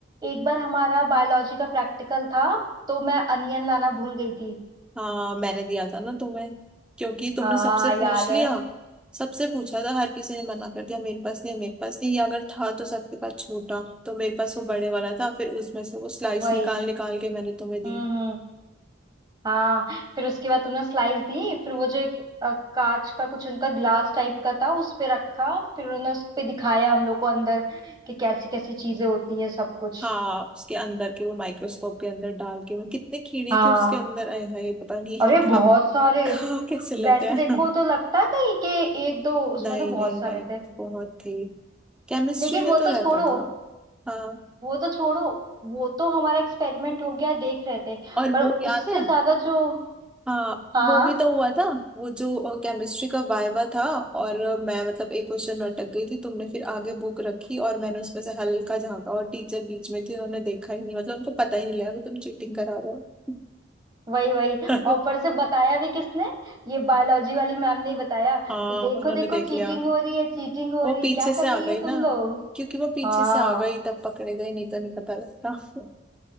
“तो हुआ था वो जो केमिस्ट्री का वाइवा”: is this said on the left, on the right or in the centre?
Centre